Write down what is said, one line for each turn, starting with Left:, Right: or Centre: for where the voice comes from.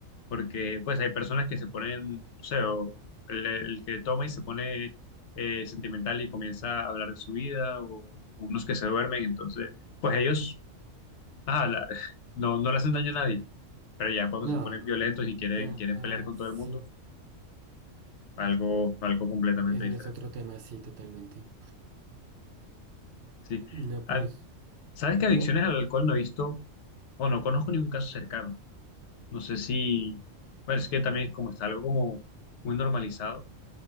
Left: Porque, pues, hay personas que se ponen, o sea, o el, el que toma y se pone eh, sentimental y comienza a hablar de su vida, o, o unos que se duermen, entonces, pues ellos, ah, la- <laughs> no, no le hacen daño a nadie. Pero ya cuando
Right: No,
Left: se ponen violentos y quieren,
Right: ya,
Left: quieren
Right: ah,
Left: pelear con todo
Right: sí.
Left: el mundo, algo, algo completamente
Right: Eso
Left: diferente.
Right: ya es otro tema, sí, totalmente.
Left: Sí.
Right: No,
Left: Al-
Right: pero es...
Left: ¿Sabes que adicciones
Right: Dime.
Left: al alcohol no he visto o no conozco ningún caso cercano? No sé si, bueno, es que también como está algo como muy normalizado.